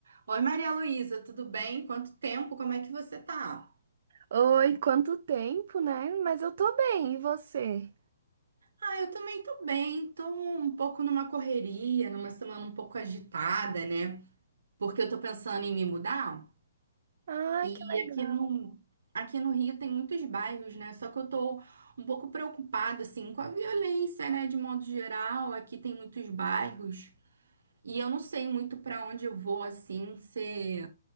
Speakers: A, on the right; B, on the right.
A: Oi, Maria Luísa, tudo bem? Quanto tempo? Como é que você tá?
B: Oi, quanto tempo, né? Mas eu tô bem, e você?
A: Ah, eu também tô bem, tô um pouco numa correria, numa semana um pouco agitada, né? Porque eu tô pensando em me mudar
B: Ah,
A: e
B: que legal.
A: aqui no, aqui no Rio tem muitos bairros, né? Só que eu tô um pouco preocupada, assim, com a violência, né? De modo geral, aqui tem muitos bairros e eu não sei muito pra onde eu vou, assim, se...